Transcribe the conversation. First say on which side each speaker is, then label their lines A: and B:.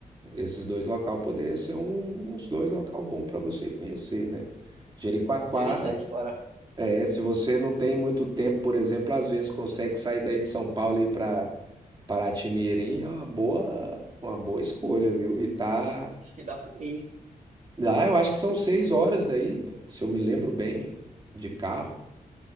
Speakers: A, on the right; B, on the right.
A: esses dois local poderiam ser um- uns dois local bom pra você conhecer, né? Jericoacoara,
B: Interessante, para.
A: é, se você não tem muito tempo, por exemplo, às vezes consegue sair daí de São Paulo e ir para Paraty-Mirim é uma boa, uma boa escolha, viu? E tá.
B: Acho que dá para ir.
A: Ah, eu acho que são seis horas daí, se eu me lembro bem, de carro.